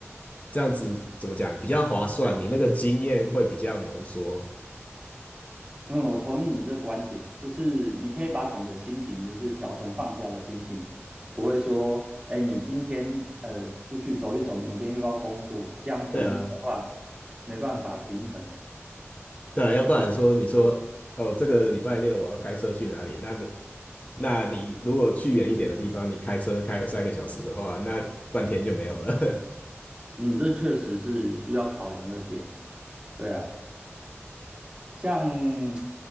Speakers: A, on the left; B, on the right.
A: 这样子怎么讲比较划算？你那个经验会比较浓缩。
B: 嗯，我同意你这观点，就是你可以把整个心情就是调成放假的心情，不会说，哎，你今天呃出去走一走，明天又要工作，这样体力的话
A: 对啊，
B: 没办法平衡。
A: 对啊，要不然说你说哦，这个礼拜六我要开车去哪里？那那你如果去远一点的地方，你开车开三个小时的话，那半天就没有了。
B: 嗯，这确实是需要考量的点。对啊，像